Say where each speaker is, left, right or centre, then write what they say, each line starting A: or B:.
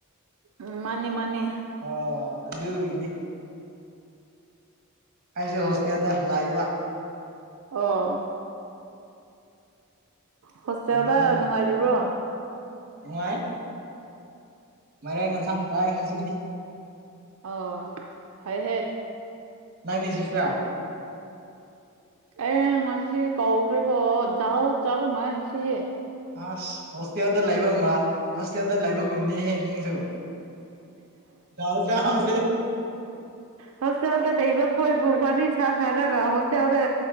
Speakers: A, on the right (about 75°); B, on the right (about 45°).
A: ꯎꯝ ꯃꯥꯅꯦ ꯃꯥꯅꯦ
B: ꯑꯣ ꯑꯗꯨꯒꯤꯅꯦ ꯑꯩꯁꯨ ꯍꯣꯁꯇꯦꯜꯗ ꯂꯩꯕ
A: ꯑꯣ ꯍꯣꯁꯇꯦꯜꯗ
B: ꯉꯔꯥꯡꯒꯤ
A: ꯅꯨꯡꯉꯥꯏꯔꯤꯕ꯭ꯔꯣ
B: ꯅꯨꯡꯉꯥꯏ ꯃꯥꯏꯔꯦꯡ ꯌꯦꯟꯁꯥꯡ ꯆꯥꯏ ꯉꯁꯤꯗꯤ
A: ꯑꯣ ꯐꯩꯍꯦ
B: ꯅꯪꯗꯤ ꯁꯤꯁꯇꯔ
A: ꯑꯩ ꯉꯁꯤ ꯀꯧꯈ꯭ꯔꯦꯕꯣ ꯗꯥꯜ ꯆꯥꯕ ꯃꯥꯂꯦ ꯉꯁꯤꯗꯤ
B: ꯑꯁ ꯍꯣꯁꯇꯦꯜꯗ ꯂꯩꯕ ꯃꯥꯟ ꯍꯣꯁꯇꯦꯜꯗ ꯂꯩꯕꯒꯨꯝꯅꯤꯍꯦ ꯅꯪꯁꯨ ꯗꯥꯜ ꯆꯥꯕꯁꯦ
A: ꯍꯣꯁꯇꯦꯜꯗ ꯂꯩꯕ ꯈꯣꯏꯕꯨ ꯋꯥꯔꯤ ꯁꯥ ꯁꯥꯔꯒ ꯍꯣꯁꯇꯦꯜꯗ